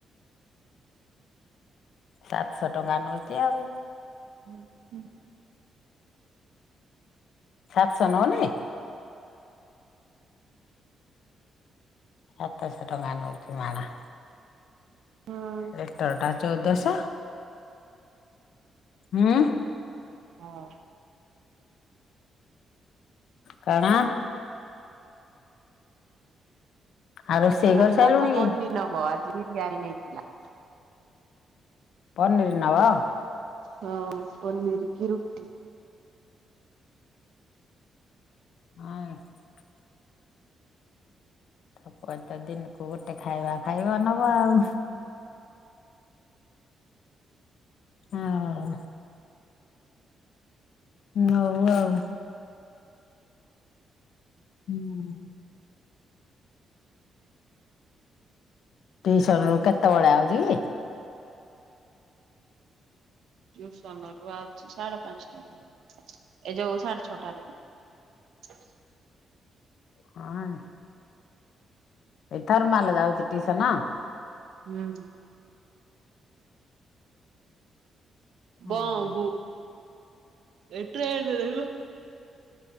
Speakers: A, on the left; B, on the right.
A: ସାତଶହ ଟଙ୍କା ନଉଚି ଆଉ।
B: ହୁଁ ହୁଁ।
A: ସାତଶହ ନଉ ନି? ସାତଶହ ଟଙ୍କା ନଉଚି ମାଣ।
B: ହଁ
A: ଲିଟର ଟା ଚଉଦଶ ହୁଁ।
B: ହୋଉ।
A: କଣ? ଆଉ ରୋଷେଇ
B: କାଲି
A: କରିସାରିଲୁଣି
B: ମୋ ପୁଅ
A: କି
B: ପନିର୍ ନବ ଆଜି ବିରିୟାନୀ ନେଇଥିଲା।
A: ପନିର୍ ନବ?
B: ହଁ ପନିର୍ କି ରୁଟି।
A: ହଁ କି। ତୋ ପୁଅ ତ ଦିନକୁ ଗୋଟେ ଖାଇବା ଖାଇବ ନବ ଆଉ। ହୋଉ। ନଉ ଆଉ ହୁଁ। ଟିଉସନରୁ କେତେବେଳେ ଆଉଚି କି?
B: ଟ୍ଯୁସନ ରୁ ଆଉଚି ସାଢେ ପାଞ୍ଚଟାରେ ଏ ଯୋଉ ସାଢେ ଛଅଟାରେ। <inaudible>
A: ହଁ ନେ ଏଇ ଥରମାଲ ଯାଉଚି ଟିଉସନ?
B: ହୁଁ।
A: ହୁଁ
B: ବୋଉ କୁ ଏଇ ଟ୍ରେନ ରେ ଗଲୁ